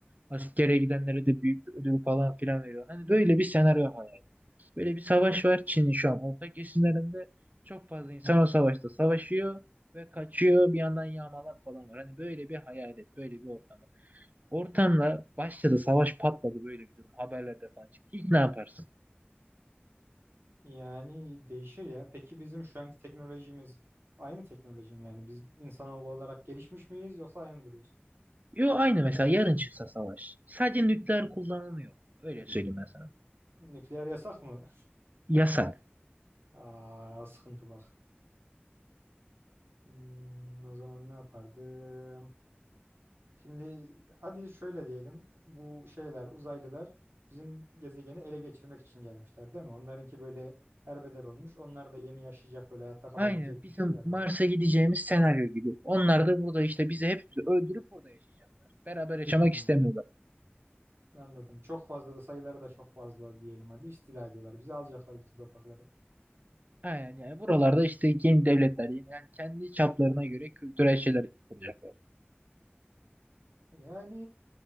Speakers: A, on the right; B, on the right.
A: Askere gidenlere de büyük bir ödül falan filan veriyor. Hani böyle bir senaryo hayal et. Böyle bir savaş var Çin'in şu an orta kesimlerinde. Çok fazla insan o savaşta savaşıyor ve kaçıyor. Bir yandan yağmalar falan var. Hani böyle bir hayal et. Böyle bir ortam. Ortamla başladı savaş patladı böyle bir durum haberlerde falan çıktı. İlk ne yaparsın?
B: Yani değişir ya. Peki bizim şu anki teknolojimiz aynı teknoloji mi? Yani biz insanoğlu olarak gelişmiş miyiz yoksa aynı mı duruyoruz?
A: Yo aynı mesela yarın çıksa savaş. Sadece nükleer kullanılmıyor. Öyle söyleyeyim ben sana.
B: Nükleer yasak mı? <laughs>
A: Yasak.
B: Aa, sıkıntı bak. Hmm, o zaman ne yapardım? Şimdi hadi şöyle diyelim. Bu şeyler, uzaylılar bizim gezegeni ele geçirmek için gelmişler değil mi? Onlarınki böyle herbeder olmuş. Onlar da yeni yaşayacak böyle hayatta kalabilecek
A: Aynı bizim
B: bir şey arıyorlar.
A: Mars'a gideceğimiz senaryo gibi. Onlar da burada işte bizi hepimizi öldürüp burada yaşayacaklar. Beraber yaşamak
B: Hmm.
A: istemiyorlar.
B: Anladım. Çok fazla da sayıları da çok fazla diyelim hadi istila ediyorlar. Bizi alacaklar bütün toprakları.
A: Aynen yani buralarda işte yeni devletler yani kendi çaplarına göre kültürel şeyler kuracaklar.
B: Yani